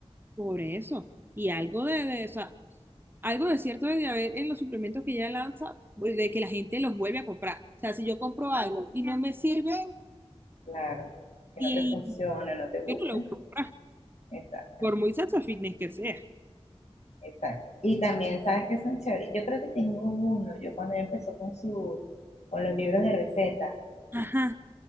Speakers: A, on the right; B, on the left.
A: por eso. Y algo de, de- o sea, algo de cierto debe haber en los suplementos que ella lanza, pues, de que la gente los vuelve a comprar. O sea, si yo compro algo y no me sirve,
B: Claro, que
A: y
B: no te funcione, no te guste.
A: yo no lo vuelvo a comprar.
B: Exacto,
A: por muy Sacha Fitness que sea.
B: exacto. Y también sabes que son chéveres. Yo creo que tengo uno, yo cuando ella empezó con su, con los libros de recetas,
A: Ajá.